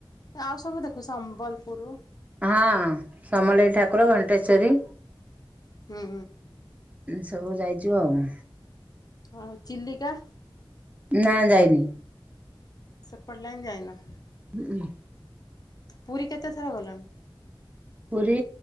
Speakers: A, on the left; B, on the right.
A: ଆଉ ସବୁ ଦେଖୁ ସମ୍ବଲପୁର।
B: ହଁ ସମଲେଇଠାକୁର ଘଣ୍ଟେଶ୍ଵରୀ।
A: ହୁଁ
B: ଏ ସବୁ ଯାଇଛୁ ଆଉ।
A: ଆଉ ଚିଲିକା।
B: ନା ଯାଇନି।
A: ସେପେଟ ଲାଇନ୍ ଯାଇନ?
B: ହୁଁଁ
A: ପୁରୀ କେତେ ଥର ଗଲଣି?
B: ପୁରୀ